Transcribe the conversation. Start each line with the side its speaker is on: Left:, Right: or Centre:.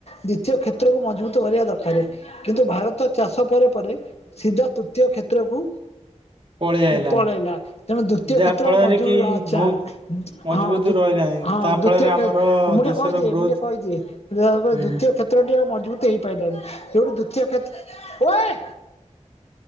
Left: ଦ୍ୱିତୀୟ କ୍ଷେତ୍ରକୁ ମଜବୁତ କରିବା ଦରକାର। କିନ୍ତୁ ଭାରତ ଚାଷ ପରେ ପରେ ସିଧା ତୃତୀୟ କ୍ଷେତ୍ରକୁ
Right: ପଳେଇ ଆଇଲା।
Left: ପଳେଇଲା। ତେଣୁ ଦ୍ଵିତୀୟ
Right: ଯାହା
Left: କ୍ଷେତ୍ର
Right: ଫଳରେ
Left: ମଜୁବୁ
Right: କି
Left: ଆଛା
Right: ବହୁତ ମଜବୁତ
Left: ହଁ ହଁ
Right: ରହିଲାନି ତା ଫଳରେ
Left: ଦ୍ଵିତୀୟ
Right: ଆମର
Left: ଖେ ମୁଁ ଟିକେ
Right: ଦେଶର
Left: କହିଦିଏ
Right: ଗ୍ରୋଥ
Left: ମୁଁ ଟିକେ କହିଦିଏ ଦ୍ଵିତୀୟ
Right: ହୁଁ
Left: କ୍ଷେତ୍ କ୍ଷେତ୍ରଟି ଆଉ ମଜବୁତ ହେଇପାରିଲାନି ଯେଉଠୁ ଦ୍ୱିତୀୟ କ୍ଷେତ୍ର ଓୟେ।